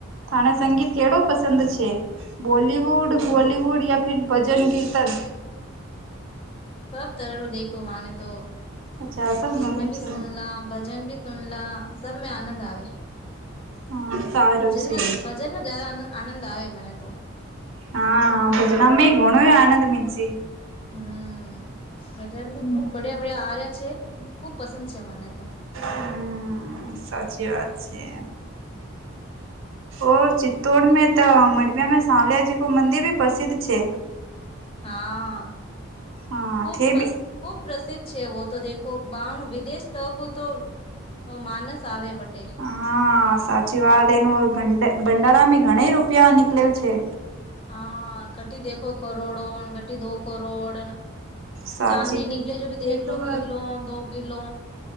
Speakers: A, on the right; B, on the left.
A: થણે સંગીત કેળુ પસંદ છે. બોલીવુડ, હોલીવુડ યા ફીર ભજન કીર્તન <unintelligible>
B: સબ તરું દેખો માને તો
A: અચ્છા સબ ગમે
B: એને ભી
A: છે.
B: સુનલા, ભજન ભી સુનલા, સબમે આનંદ આવે.
A: હા સારું
B: જનક,
A: છે.
B: ભજનમાં જરા આનંદ આવે મને તો
A: હા, ભુજના અમે ગુણ આનંદ મિલશે.
B: હમ્મ, ભજન બી ખુબ બડિયા બડિયા આવ્યા છે. ખુબ પસંદ છે મને તો.
A: હમ, સાચી વાત છે. ઓ ચિત્તૌડ, મે તો મઢિયામા સાવલિયાજીી, કો મંદિર ભી પ્રસિદ્ધ છે.
B: હા.
A: હા
B: ખુબ,
A: થે બી
B: ખુબ પ્રસિદ્ધ છે. તો દેખો બાહણ વિદેશ, તકુ તો માનસ આવે વટે
A: હા, સાચી વાત. એનું ભંડ ભડારા ગણી રૂપિયા નીકળે છે.
B: હા, ઘટી દેખો કરોડ ઘતિ દો કરોડ
A: સાચી
B: ચાંદી નિકલે, જો ભી તો
A: એકદમ
B: એક લો કિલો દો કલો